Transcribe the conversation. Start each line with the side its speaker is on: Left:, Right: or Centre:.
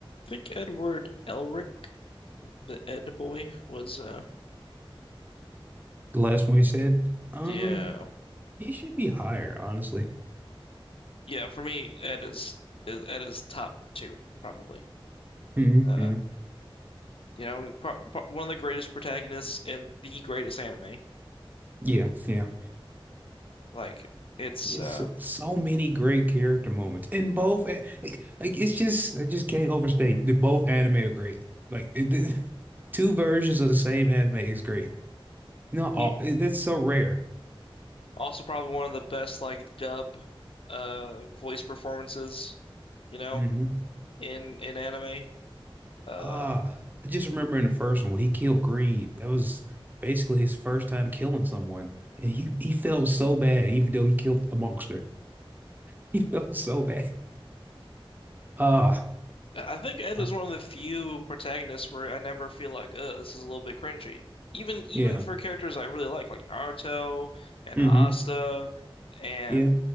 Left: think Edward Elric, the Ed boy, was uh
Right: The last one we said, um,
Left: yeah.
Right: he should be higher, honestly.
Left: Yeah, for me, Ed is is- Ed is top two, probably.
Right: hmm
Left: Uh
Right: hmm
Left: you know, pro pro one of the greatest protagonists and the greatest anime.
Right: Yeah, yeah.
Left: Like it's
Right: It's
Left: uh
Right: so many great character moments in both. a- Like, like it's just I just can't overstate that both anime are great. Like it, the- <laughs> two versions of the same anime is great. Not all.
Left: he-
Right: it- That's so rare.
Left: also probably one of the best like dub uh voice performances, you know,
Right: hmm
Left: in in anime. Uh
Right: Ah, I just remember in the first one when he killed Greed. That was basically his first time killing someone, and he he felt so bad, even though he killed a monster. <laughs> He felt so bad. Ah.
Left: I think Ed
Right: ah.
Left: is one of the few protagonists where I never feel like, uh, this is a little bit cringy. Even even
Right: Yeah.
Left: for characters I really like, like Naruto and
Right: hmm
Left: Asta and
Right: Yeah.